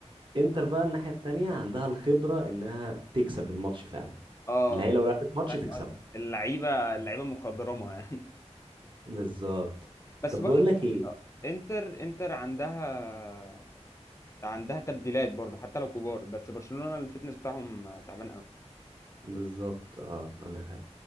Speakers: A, on the right; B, on the left.
A: انتر بقى الناحية التانية عندها الخبرة انها تكسب الماتش فعلا
B: اه
A: اللي هي لو لعبت ماتش
B: فاهم
A: تكسبه
B: قصدك اللعيبة اللعيبة مخضرمة يعني
A: بالظبط
B: <laughs> بس
A: طب
B: برضه
A: بقول لك ايه
B: انتر انتر عندها عندها تبديلات برضه حتى لو كبار بس برشلونة الفتنس بتاعهم تعبان قوي
A: بالظبط اه عندك حق